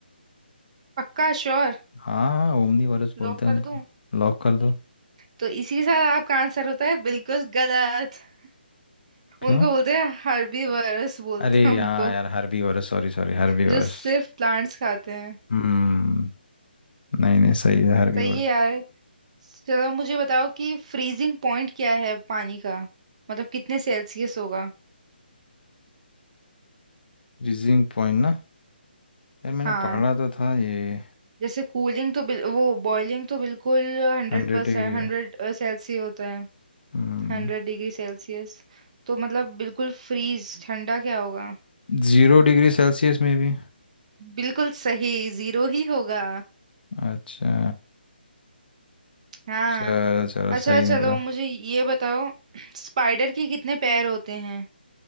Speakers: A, on the right (about 40°); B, on the left (about 60°).
A: पक्का श्योर
B: हाँ हाँ ओमनी वोरस बोलते
A: लॉक कर
B: हैं उनको
A: दूं
B: लॉक कर दो
A: तो इसी के साथ आपका आंसर होता है बिल्कुल गलत <laughs>
B: क्यों
A: उनको बोलते हैं हर्बीवर्स बोलते
B: अरे
A: हैं उनको
B: हाँ यार herbivores sorry sorry herbivores
A: जो सिर्फ प्लांट्स खाते हैं
B: हम्म नहीं नहीं सही है हर्बी
A: सही है यार चलो मुझे बताओ कि फ्रीजिंग पॉइंट क्या है पानी का मतलब कितने सेल्सियस होगा
B: रीजिंग पॉइंट ना यार मैंने
A: हाँ
B: पढ़ा तो था ये
A: जैसे कूलिंग तो बिल, वो बॉइलिंग तो बिल्कुल हंड्रेड
B: हंड्रेड
A: परसेंट
B: डिग्री
A: हंड्रेड
B: है
A: सेल्सियस होता है
B: हम्म
A: Hundred degree celsius तो मतलब बिल्कुल फ्रीज ठंडा क्या होगा
B: जीरो डिग्री सेल्सियस में भी
A: बिल्कुल सही जीरो ही होगा
B: अच्छा
A: हाँ
B: चलो चलो
A: अच्छा
B: सही
A: चलो
B: निकला
A: मुझे ये बताओ स्पाइडर के कितने पैर होते हैं